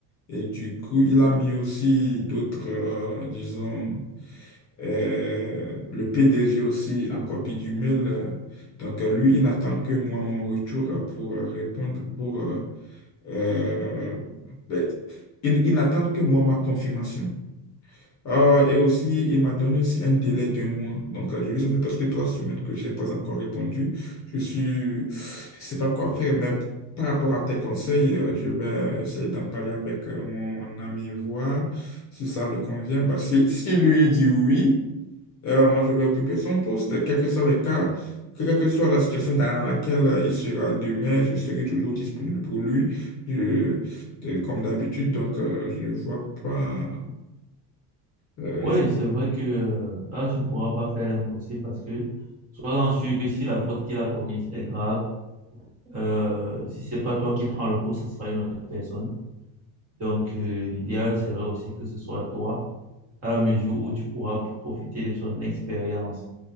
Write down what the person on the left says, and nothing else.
et du coup il a mis aussi d'autres, euh, disons, euh, le PDG aussi en copie du mail. euh. donc euh, lui, il n'attend que moi mon retour euh, pour euh, répondre, pour... euh, euh, ben, il, il n'attend que moi ma confirmation. Ah, et aussi, il m'a donné aussi un délai d'un mois. Donc, euh, je- ça fait presque trois semaines que je n'ai pas encore répondu. Je suis, je sais pas quoi faire, mais par rapport à tes conseils, euh, je vais essayer d'en parler avec euh, mon ami, voir si ça lui convient. Bah, si, si lui dit oui, euh, moi, je vais occuper son poste. Quel que soit le cas, quelle que soit la situation dans laquelle euh, il sera demain, je serai toujours disponible pour lui, Je- de- comme d'habitude. Donc, euh, je ne vois pas. euh,